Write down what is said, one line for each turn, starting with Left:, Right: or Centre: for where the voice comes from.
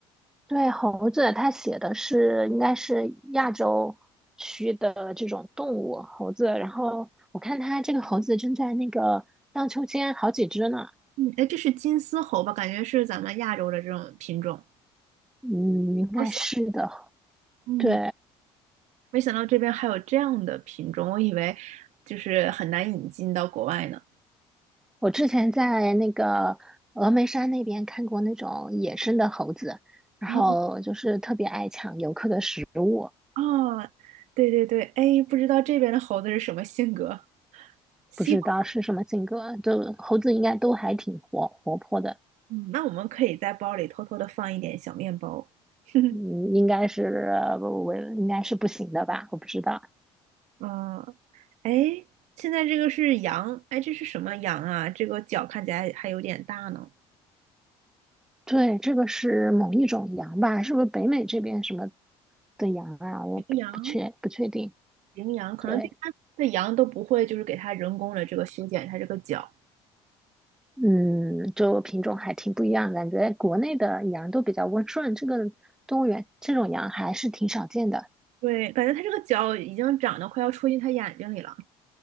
Centre: 对，猴子它写的是应该是亚洲区的这种动物猴子，然后我看它这个猴子正在那个荡秋千好几只呢，
Right: 嗯，哎，这是金丝猴吧？感觉是咱们亚洲的这种品种，
Centre: 嗯，应该是的。
Right: 好小。嗯，
Centre: 对，
Right: 没想到这边还有这样的品种，我以为就是很难引进到国外呢。
Centre: 我之前在那个峨眉山那边看过那种野生的猴子，然后就是特别爱抢游客的食物，
Right: 哦哦，对对对，哎，不知道这边的猴子是什么性格。西瓜，
Centre: 不知道是什么性格，就猴子应该都还挺活活泼的，
Right: 嗯，那我们可以在包里偷偷的放一点小面包。<laughs>
Centre: 嗯，应该是不应该是不行的吧，我不知道。
Right: 嗯，哎，现在这个是羊，哎，这是什么羊啊？这个角看起来还有点大呢。
Centre: 对，这个是某一种羊吧？是不是北美这边什么的羊啊？我也不不确不确定。
Right: 羚羊，羚羊，可能这边的羊都不会，
Centre: 对，
Right: 就是给它人工的这个修剪它这个角。
Centre: 嗯，就品种还挺不一样，感觉国内的羊都比较温顺，这个动物园这种羊还是挺少见的。
Right: 对，感觉它这个角已经长得快要戳进它眼睛里了。